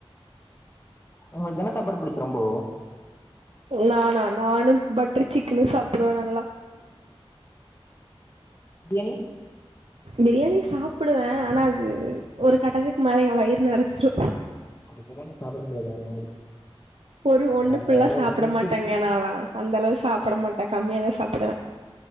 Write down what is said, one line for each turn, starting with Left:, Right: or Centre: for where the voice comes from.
Left: உங்குளுக்கு என்ன சாப்பாடு பிடிக்கு ரொம்போ
Right: நானா நானு பட்டர் சிக்கனு சாப்புடுவே நல்லா
Left: பிரியாணி
Right: பிரியாணி சாப்புடுவே ஆனா அது ஒரு கட்டத்துக்கு மேல எ வயிறு நெறஞ்சிரு
Left: அது பிரியாணி சாப்பட முடியாது யாருனாலயு
Right: ஒரு ஒண்ணு
Left: அதுல
Right: ஃபுல்லா
Left: ஒரு
Right: சாப்ட
Left: ட்ரிக்
Right: மாட்டேங்க
Left: இருக்கு
Right: நாலா அந்த அளவு சாப்பட மாட்டே கம்மியாதா சாப்புடுவே